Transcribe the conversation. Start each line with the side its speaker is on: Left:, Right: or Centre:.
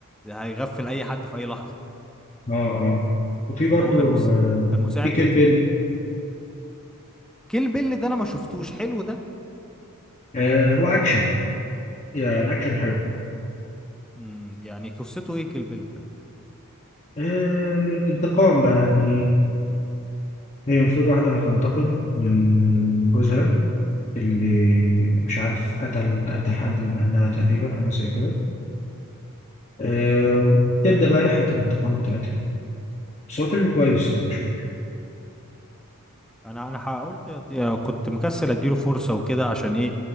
Centre: هيغفل اي حد في اي لحظه
Left: اه اه وفي برضه
Centre: اللي هو كان مس...
Left: آه
Centre: كان مساعد
Left: في كيل
Centre: هتلر
Left: بيل
Centre: كيل بيل ده انا ما شفتوش حلو ده
Left: آه هو اكشن يعني اكشن حلو
Centre: امم يعني قصته ايه كيل بيل ده
Left: آه انتقام بقى يعني هي المفروض واحدة هتنتقم من جوزها اللي
Centre: امم
Left: مش عارف قتل قتل حد من أهلها تقريبا حاجة زي كده آه، تبدأ بقى رحلة الانتقام بتاعتها بس هو فيلم كويس يعني مش وحش
Centre: انا انا حاولت أدي... كنت مكسل اديله فرصه وكده عشان ايه